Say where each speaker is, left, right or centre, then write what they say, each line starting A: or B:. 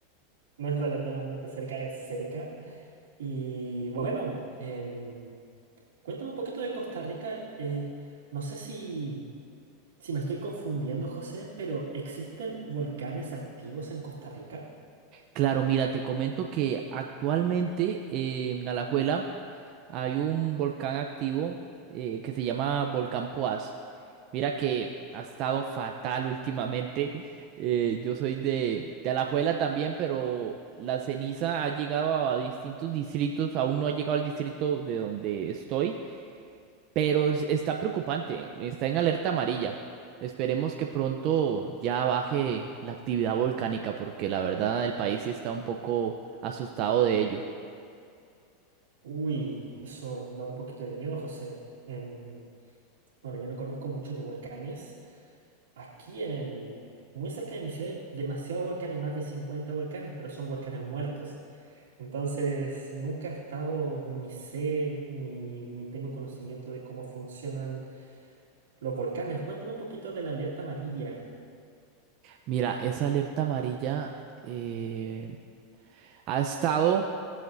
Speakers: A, on the right; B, on the right.
A: No es relativamente cerca, es cerca. Y bueno, em, cuéntame un poquito de Costa Rica. Eh, no sé si, si me estoy confundiendo, José, pero ¿existen volcanes activos en Costa Rica?
B: Claro, mira, te comento que actualmente eh, en Alajuela hay un volcán activo eh, que se llama Volcán Poás. Mira que ha estado fatal últimamente. Eh, yo soy de, de Alajuela también, pero la ceniza ha llegado a distintos distritos. Aún no ha llegado al distrito de donde estoy, pero es- está preocupante. Está en alerta amarilla. Esperemos que pronto ya baje la actividad volcánica, porque la verdad el país sí está un poco asustado de ello.
A: Uy, eso da un poquito de miedo, José. Em, Bueno, yo no conozco mucho de volcanes. Aquí en el... Muy cerca de mi ciudad hay demasiados volcanes, más de 50 volcanes, pero son volcanes muertos. Entonces, nunca he estado, ni sé, ni, ni tengo conocimiento de cómo funcionan los volcanes. Cuéntame un poquito de la alerta amarilla.
B: Mira, esa alerta amarilla eh, ha estado